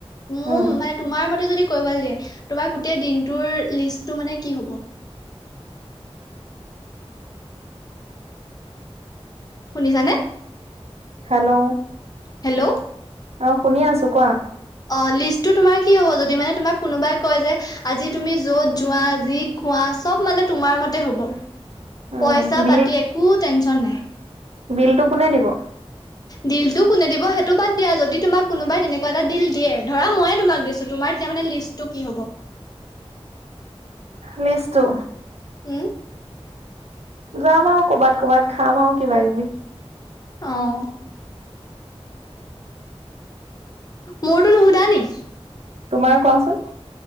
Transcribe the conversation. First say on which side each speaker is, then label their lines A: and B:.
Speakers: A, on the left; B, on the right.
A: মোৰ
B: উম
A: মানে তোমাৰ মতে যদি <unintelligible> দিয়ে তোমাৰ গোটেই দিনটোৰ লিষ্টটো মানে কি হ'ব। শুনিছানে।
B: হেল্ল'।
A: হেল্ল'।
B: অ' শুনি আছোঁ কোৱা।
A: অ' লিষ্টটো তোমাৰ কি হ'ব যদি মানে তোমাক কোনোবাই কয় যে আজি তুমি য'ত যোৱা, যি খোৱা চব মানে তোমাৰ মতে হ'ব,
B: উম
A: পইচা
B: বিল
A: পাতি একো টেনচন নাই।
B: বিলটো কোনে দিব।
A: দিলটো কোনে দিব সেইটো বাদ দিয়া যদি তোমাক কোনোবাই তেনেকুৱা এটা দিল দিয়ে ধৰা ময়ে তোমাক দিছোঁ তোমাৰ তেতিয়া মানে লিষ্টটো কি হ'ব।
B: লিষ্টটো।
A: উম।
B: যাম আৰু কৰ'বাত কৰ'বাত খাম আৰু কিবা কিবি।
A: অ'। মোৰটো নুশুধা নি।
B: তোমাৰ কোৱাচোন।